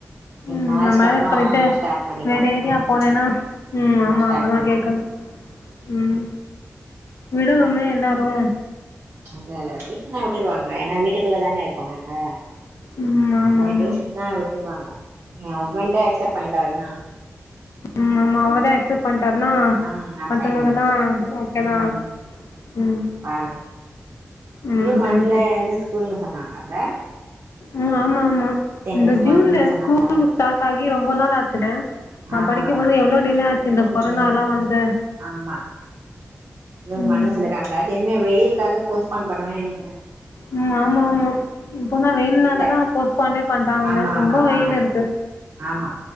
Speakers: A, on the right (about 50°); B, on the left (about 65°).
A: நீ
B: ம்
A: மேரேஜ்க்கு
B: நா மேரேஜ்
A: அப்புறோ
B: பண்ணிட்டு
A: ஸ்டார்ட் பண்ணிக்கோ
B: வேற ஏரியா
A: ம்
B: போனேன்னா ம் ஆமா
A: ஸ்டார்ட்
B: அங்கதா
A: பண்ணிப்போ
B: கேக்கணும் ம் விடனுமே எல்லாரும்
A: அ இல்ல டீஷன்னா விட்டுருவாங்க ஏன்னா வீட்டுக்குள்ள தானே இருக்கோம் நாங்க
B: ம் ஆமா
A: அத
B: ஆமா
A: டியூஷன்னா விட்டுருவாங்க என் ஹஸ்பண்ட அக்சப்ட் பண்ணிட்டாருன்னா
B: ம் ஆமா அவரே அக்செப்ட் பண்ணிட்டாருனா
A: ஆ அப்ப
B: மத்தவங்களா
A: என்னது
B: ஓகேதான்
A: ம்
B: ம்
A: பாரு
B: ம்
A: ஜூன்
B: சரி
A: ஒன்ல
B: சரி
A: இருந்து ஸ்கூல்ன்னு சொன்னாங்க அல்ல
B: ம் ஆமா ஆமா இந்த
A: நியூஸ்
B: ஜூன்ல
A: ஒன்னுன்னு சொன்னாங்க
B: ஸ்கூல் ஸ்டார்ட் ஆகி ரொம்ப நாள் ஆச்சுலே நம்ப
A: ஆமா
B: படிக்கும்போது
A: ஆமா
B: எவ்ளோ டிலே ஆச்சு
A: ம்
B: இந்த கொரோனால்லா வந்து
A: ஆமா ஜூன்
B: ம்
A: ஒண்ணு சொல்லுக்காங்க திரும்பியு வெயிலுக்காக போஸ்ட்பன் பண்ணுவன்னு நெனைக்கிறேன்
B: ம் ஆமா ஆமா இப்போனா வெயில்னாலதா
A: தெரில
B: போஸ்ட்பாண்டே பண்றாங்கள
A: ஆமா
B: ரொம்ப
A: ஆமா
B: வெயில்
A: பண்ணாங்க
B: இருக்கு
A: ஆமா